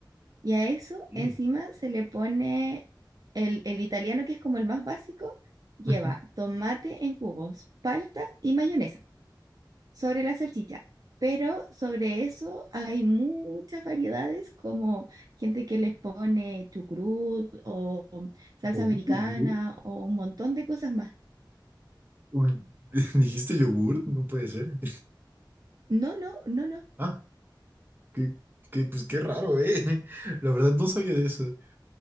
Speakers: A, on the right (about 50°); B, on the right (about 25°).
A: Y a eso
B: Sí.
A: encima se le pone el, el italiano, que es como el más básico, lleva
B: Ujú.
A: tomate en cubos, palta y mayonesa sobre la salchicha. Pero sobre eso hay muchas variedades, como gente que les pone chucrut o salsa
B: Ok.
A: americana o un montón de cosas más.
B: Uy, <laughs> dijiste yogur, no puede ser.
A: No, no, no, no.
B: Ah, qué, qué, pues qué raro, ¿eh? <laughs> La verdad no sabía de eso.